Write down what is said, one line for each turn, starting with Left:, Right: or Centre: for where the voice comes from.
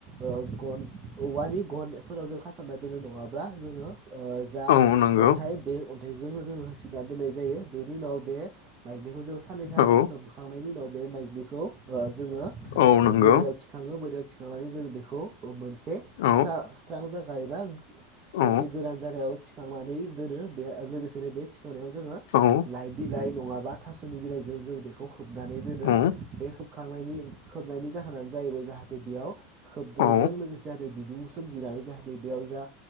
Right: ओ गन औवा नि गन फोराव खाथाबना दोनो नंङाब्ला जोंङो ओ जा
Left: औ नंगौ
Right: अन्थाइ बे अन्थाइ जोंनो जोंङो होसिन्ना दोन्नाय जायो, बिनि उनाव बे माइज्लि सान्नै सानथाम
Left: औ
Right: सोमखां नायनि उनाव मायज्लिखौ ओ जोंङो ओ
Left: औ नंगौ
Right: बोरियाव थिखांङो बोरियाव थिखांनानै जोंङो बिखौ मोनसे सा-
Left: औ
Right: स्रां जागा एबा
Left: औ
Right: मोनसे गोरान जायागायाव थिखांनानै दोनो बे लोगोसे योरो बे थिखांनायाव जोंङो
Left: औ नंगौ
Right: लाइ बिलाइ नंङाबा थास'नि बिलाइजों जों बेखौ खोबनानै दोनो।
Left: औ
Right: बे खोबखांनायनि खोबनायनि जाहोनानो जाहैबाय जाहाथे बेयाव खोबनायजों
Left: औ
Right: लोगोसे आरो बिदि मुं सोमजिनानै जाहाथे बेयाव जा